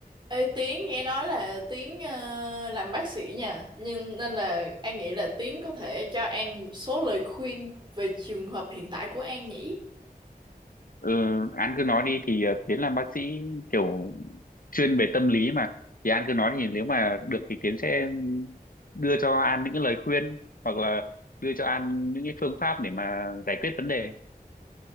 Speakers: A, on the right (about 30°); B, on the left (about 60°).
A: Ê Tiến nghe nói là Tiến ờ, làm bác sĩ nha nhưng nên là An nghĩ là Tiến có thể cho An một số lời khuyên về trường hợp hiện tại của An nhỉ
B: Ừ, An cứ nói đi thì ờ, Tiến làm bác sĩ kiểu chuyên về tâm lý mà thì An cứ nói thì nếu mà được thì Tiến sẽ đưa cho An những cái lời khuyên hoặc là đưa cho An những cái phương pháp để mà giải quyết vấn đề.